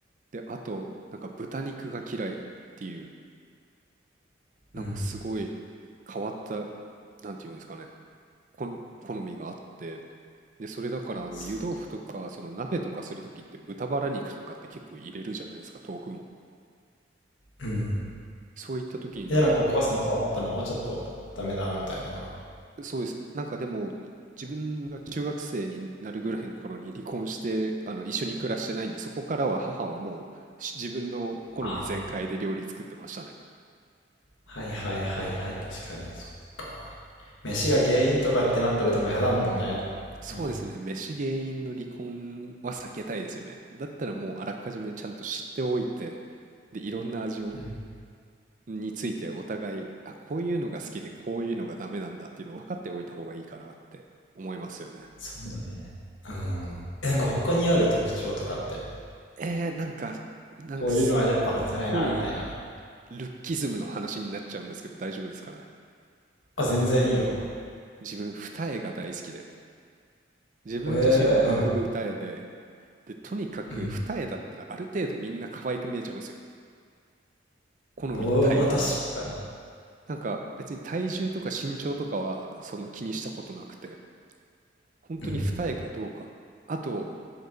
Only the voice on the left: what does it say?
うん。
そう。うん。
え、なんかお母さんと会ったのはちょっとダメだみたいなのが。
ああ、はいはいはいはい、確かに、そっか。飯が原因とかってなったらでも嫌だもんね。
うん。
うん
そうだね。うん。え、なんか他にある特徴とかって
こういうのはやっぱ外せないな、
みたいな。
あ、全然いいよ。
えー、うん、
うん。
おー、まあ確かに。
うん。